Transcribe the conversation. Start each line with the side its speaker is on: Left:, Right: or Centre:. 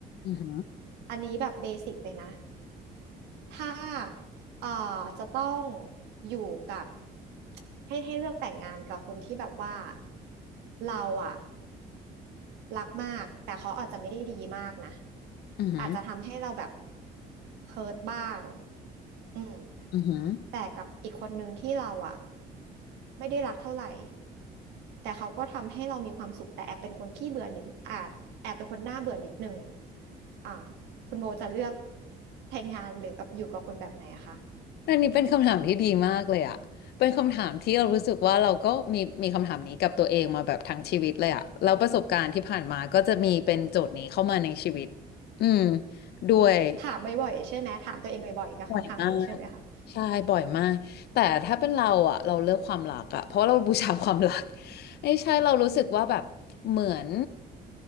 Left: อืม
Right: อันนี้แบบเบสิกเลยนะ ถ้าเอ่อจะต้องอยู่กับให้ให้เลือกแต่งงานกับคนที่แบบว่าเราอะรักมากแต่เขาอาจจะไม่ได้ดีมากนะ
Left: ออืม
Right: อาจจะทำให้เราแบบเฮิร์ตบ้างอืม
Left: ออือหือ
Right: แต่กับอีกคนนึงที่เราอะไม่ได้รักเท่าไหร่ แต่เขาก็ทำให้เรามีความสุขแต่แอบเป็นคนขี้เบื่อนิดอ่าแอบเป็นคนน่าเบื่อนิดนึงอ่าคุณโบจะเลือกแต่งงานหรือแบบอยู่กับคนแบบไหนอะคะ
Left: อันนี้เป็นคำถามที่ดีมากเลยอ่ะเป็นคำถามที่เรารู้สึกว่าเราก็มีมีคำถามนี้กับตัวเองมาแบบทั้งชีวิตเลยอ่ะแล้วประสบการณ์ที่ผ่านมาก็จะมีเป็นโจทย์นี้เข้ามาในชีวิตอืมด้วย
Right: ถามบ่อยๆใช่ไหมถามตัวเองบ่อยๆกับคำถามนี้ใช่ไหมคะ
Left: บ่อยมาก ใช่บ่อยมากแต่ถ้าเป็นเราอะเราเลือกความรักอะเพราะว่าเราบูชาความรัก <laughs> ไม่ใช่เรารู้สึกว่าแบบเหมือน